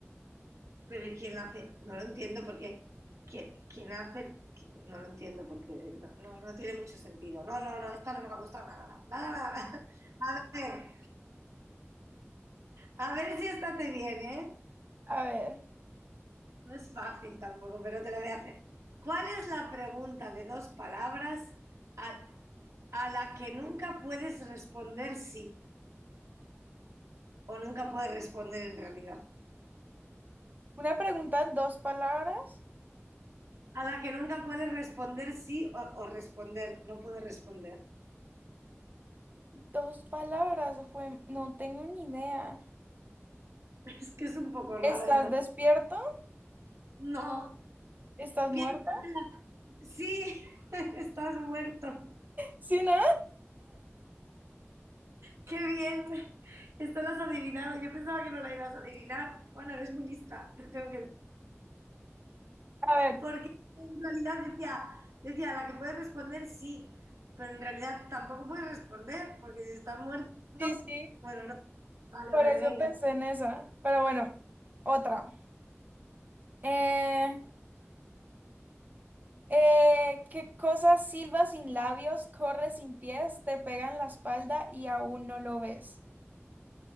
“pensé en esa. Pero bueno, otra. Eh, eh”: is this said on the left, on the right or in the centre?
Right